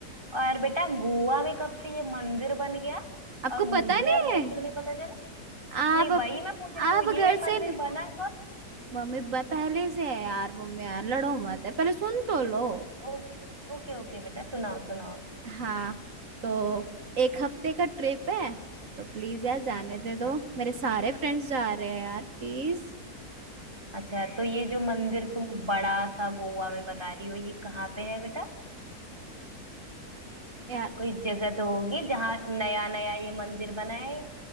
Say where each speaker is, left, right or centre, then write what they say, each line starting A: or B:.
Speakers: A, on the right; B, on the right.
A: और बेटा गोवा में कब से ये मंदिर बन गया
B: आपको
A: और मुझे
B: पता नहीं
A: अभी तक
B: है
A: क्यों नहीं पता नहीं
B: आप
A: वही मैं पूछ रही
B: आप
A: हूँ ये
B: घर
A: मंदिर
B: से
A: बना कब
B: मम्मी ब- पहले से है यार मम्मी यार लड़ो मत है पहले सुन तो लो
A: ओ ओके ओके ओके बेटा सुनाओ सुनाओ
B: हाँ तो एक हफ्ते का ट्रिप है तो प्लीज यार जाने
A: अच्छा
B: दे दो मेरे सारे फ्रेंड्स जा रहे हैं यार प्लीज
A: अच्छा तो ये जो मंदिर तुम बड़ा सा गोवा में बता रही हो ये कहाँ पे है बेटा
B: यार
A: कोई जगह तो होगी जहाँ नया नया ये मंदिर बना है